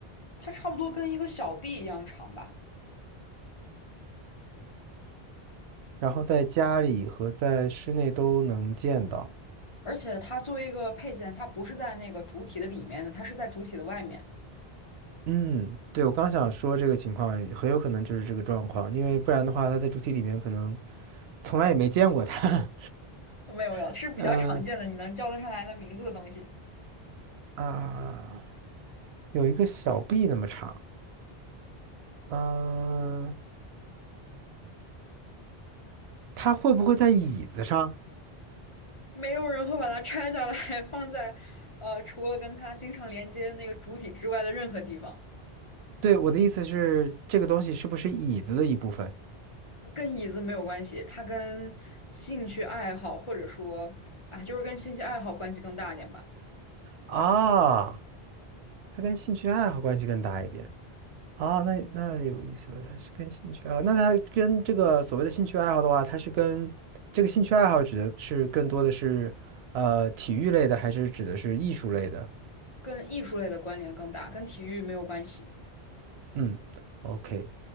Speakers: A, on the left; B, on the right.
A: 它差不多跟一个小臂一样长吧。
B: 然后在家里和在室内都能见到。
A: 而且它作为一个配件，它不是在那个主体的里面的，它是在主体的外面。
B: 嗯，对，我刚想说这个情况很有可能就是这个状况，因为不然的话，它在主体里面可能从来也没见过它。
A: 没有没有，是比较常见的，
B: <laughs> 嗯
A: 你能叫得上来的名字的东西。
B: 啊，有一个小臂那么长。嗯，它会不会在椅子上？
A: 没有人会把它拆下来 <laughs> 放在，呃，除了跟它经常连接那个主体之外的任何地方，
B: 对，我的意思是，这个东西是不是椅子的一部分？
A: 跟椅子没有关系，它跟兴趣爱好或者说啊，就是跟兴趣爱好关系更大一点吧，
B: 啊，它跟兴趣爱好关系更大一点。啊，那那有意思了，它是跟兴趣啊？那它跟这个所谓的兴趣爱好的话，它是跟这个兴趣爱好指的是更多的是呃体育类的，还是指的是艺术类的？
A: 跟艺术类的关联更大，跟体育没有关系，
B: 嗯，OK。